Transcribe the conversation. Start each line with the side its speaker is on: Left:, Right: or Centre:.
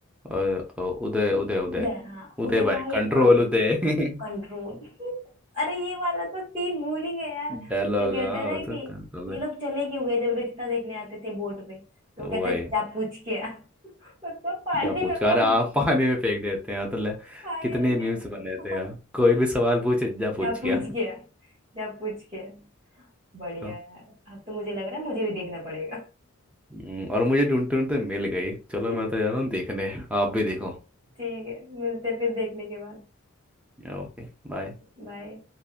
Centre: और, और उदय उदय उदय
Right: उदय हाँ
Centre: उदय
Right: उदय
Centre: भाई
Right: भाई
Centre: कंट्रोल
Right: वहां
Centre: उदय <laughs>
Right: कंट्रोल <laughs> अरे ये वाला तो सीन भूल ही गए यार
Centre: डायलॉग
Right: जो कहता
Centre: हाँ
Right: है ना
Centre: और
Right: कि
Centre: तो कंट्रोल
Right: ये
Centre: है
Right: लोग चले क्यों गए जब रिश्ता देखने आते थे बोट पे तो कहता
Centre: वही
Right: है जा पूछ के आ <laughs> उसको पानी
Centre: जब पूछा
Right: में उसका
Centre: रहा आप पानी में फेंक देते हैं तो ले
Right: पानी
Centre: कितने
Right: में देख
Centre: मीम्स बने थे यार
Right: <laughs>
Centre: कोई भी सवाल पूछे जा पूछ
Right: जा पूछ
Centre: गया
Right: के आ जा पूछ के आ बढ़िया
Centre: तो,
Right: यार अब तो मुझे लग रहा है मुझे भी देखना पड़ेगा
Centre: हम्म, और मुझे ढूंढते ढूंढते मिल गई चलो
Right: <laughs>
Centre: मैं तो जा रहा हूँ देखने आप भी देखो
Right: ठीक है मिलते हैं फिर देखने के बाद
Centre: Okay bye
Right: बाय